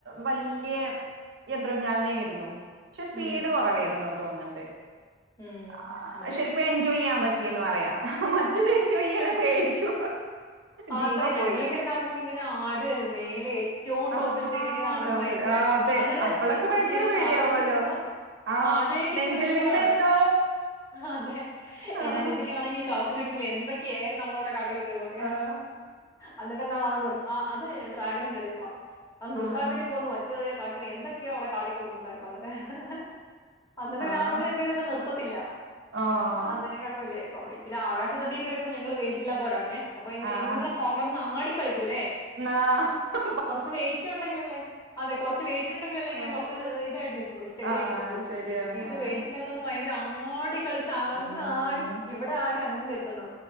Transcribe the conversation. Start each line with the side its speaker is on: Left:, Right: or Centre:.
Right: വല്യേ യന്ത്ര ഊഞ്ഞാലന്നയായിരുന്നു. പക്ഷെ സ്പീഡ്
Left: ഉം
Right: കൊറവായിരുന്നു തോന്നുണ്ട്
Left: ഉം
Right: ആഹ്
Left: അതെ
Right: ശെരിക്കും എൻജോയ് ചെയ്യാൻ പ റ്റീന്ന് പറയാം മറ്റേത് എൻജോയ് ചെയ്യാൻ പേടിച്ചു
Left: അതെ
Right: ജീവൻ
Left: ഞങ്ങളിങ്ങനെ
Right: പോയി
Left: ഇതാക്കുമ്പോ ഇങ്ങനെ ആടുവാരുന്നു മേലെ. എറ്റോം
Right: ആഹ്
Left: ടോപ്പിലെത്തിയിട്ട് ഇങ്ങനെ ആടും
Right: ടൗവൽ
Left: ഭയങ്കരായിട്ട്
Right: ആഹ് അതെ
Left: അന്നിട്ട്
Right: അപ്പളൊക്കെ
Left: എസ്പെഷ്യലി
Right: ഭയങ്കര
Left: ഇങ്ങനെ
Right: പേടിയാവുമല്ലോ
Left: താഴേക്ക് വരുമ്പോ.
Right: ആഹ്
Left: താഴേക്കിങ്ങനെ
Right: നെഞ്ചിൽ
Left: വരുമ്പൊളാണ്
Right: നിന്ന് എന്തോ
Left: അതെ എന്റനിയത്തിക്കാണെങ്കി.
Right: ആഹ്
Left: ശ്വാസംകിട്ടുന്നില്ല എന്തൊക്കെയായിരുന്ന് അവളവിടെ കാട്ടിക്കൂട്ടിയിരുന്നെ.
Right: ആഹ്.
Left: എന്നിട്ടെന്താണ് അത് നിർ അത് ഡ്രാഗന് കേറിയപ്പളാ അത് നിർത്താൻ
Right: ആഹ് ആഹ്
Left: വേണ്ടി പോന്ന്. പാട്ടിന് എന്തൊക്ക്യോ അവിടെ കാട്ടിക്കുട്ടുന്നുണ്ടായിരുന്നു. നമ്മള് അതിന്റെ പിന്നെ
Right: ആഹ്
Left: ആ പുള്ളി എന്ത് ചെയ്തിട്ടും നിർത്തത്തില്ല.
Right: ആഹ്
Left: അതിനെകാട്ട് വല്യ കോമഡി പിന്നെ ആകാശത്തൊട്ടികേറിയപ്പോ ഞങ്ങള് വെയിറ്റ്ല്ലാത്തോരാണെ അപ്പോയിങ്ങനെ.
Right: ആഹ്
Left: പറന്നാടികളിക്കൂല്ലേ.
Right: ന്നാ ഹ്.
Left: കൊറച്ച് വെയിറ്റിണ്ടെങ്കിലല്ലേ അതെ കൊറച്ച് വെയിറ്റിണ്ടെങ്കിലല്ലേ ഇങ്ങനെ
Right: ആഹ്
Left: കൊറച്ച് ഇതായിട്ട് നിക്കുള്ളൂ. സ്റ്റഡിയായിട്ട്
Right: ആഹ്
Left: നിക്കുവൊള്ളു
Right: ശരിയാണ്
Left: ഇത്
Right: ആഹ്
Left: വെയിറ്റില്ലാ ത്തോണ്ട്‌ ഭയങ്കരാടി കളിച്ച് അങ്ങാടി
Right: ഉം
Left: ഇവിടാടി അങ്ങ് എത്തുന്നു.